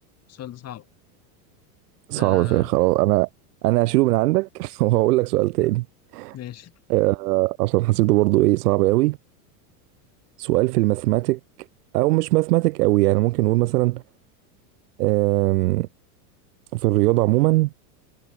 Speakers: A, on the left; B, on the right.
A: السؤال ده صعب
B: صعب
A: ده آه
B: فيها خلاص انا انا هشيله من عندك <laughs> وهقول لك سؤال تاني
A: <laughs> ماشي
B: آه، عشان حسيته برضو ايه صعب قوي سؤال في الماثماتيك او مش ماثماتيك قوي يعني ممكن نقول مثلا آم، في الرياضة عموما